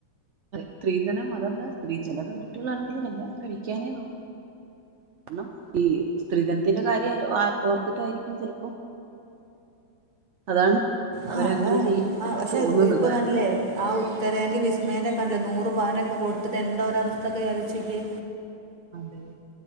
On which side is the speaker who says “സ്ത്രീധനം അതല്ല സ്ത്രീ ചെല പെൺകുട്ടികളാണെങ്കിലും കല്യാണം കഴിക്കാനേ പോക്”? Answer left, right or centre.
Right